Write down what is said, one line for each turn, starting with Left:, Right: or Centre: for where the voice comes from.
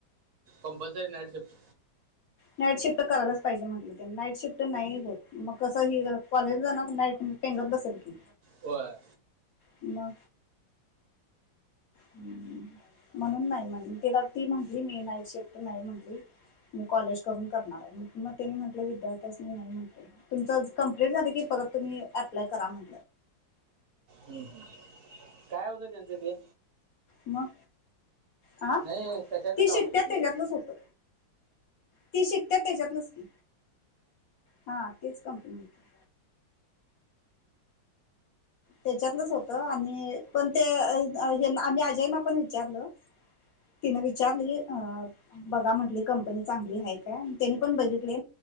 Right: कंपलसरी नाहीडीचप
Left: नाईट शिफ्ट करायलाच पाहिजे म्हटलं ते नाईट शिफ्ट नाही होत मग कस ह कॉलेज पिंगत बसलकी
Right: व
Left: ला ह म्हणून नाही म्हण त्याला ती म्हंटली मी नाईट शफ्ट नाही म्हटली मी कॉलेज करून करणार आहे मग त्यांनी म्हटलं विद्यार्थ्यास मी नाही म्हट तुमच की परत तुम्ही अप्लाय करा म्हण
Right: ह् काय होत त्यांचं ते
Left: मग हा
Right: नाही कशाचं
Left: ती
Right: काम
Left: शिक्ट्यात
Right: होतं ते
Left: त्याच्यातलंच होत ती शिकत त्याच्यात नसती हा तेच कंपनी होती त्याच्यातलंच होत आणि पण ते आम्ही अजयना पण विचारलं तिनं विचारली अ बघा म्हटली कंपनी चांगली ह काय त्यांनी पण बघितले